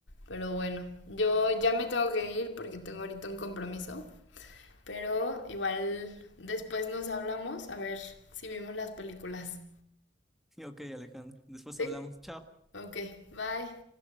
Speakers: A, on the left (about 70°); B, in the centre.
A: Pero bueno, yo ya me tengo que ir porque tengo ahorita un compromiso. Pero igual después nos hablamos a ver si vimos las películas.
B: Y ok, Alejandro, después
A: Sí.
B: hablamos. Chao.
A: Ok, bye.